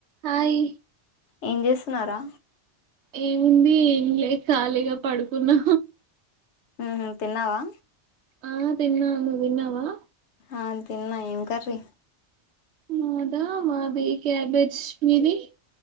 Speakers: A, on the right (about 70°); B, on the left (about 75°).
A: Hi
B: ఏం చేస్తున్నావు రా
A: ఏముంది ఏం లే ఖాళీగా పడుకున్నా
B: హ్మ్ తిన్నావా
A: ఆ తిన్నా నువ్ తిన్నావా
B: ఆ తిన్నా ఏం కర్రీ
A: మాదా మాది క్యాబేజ్ మీది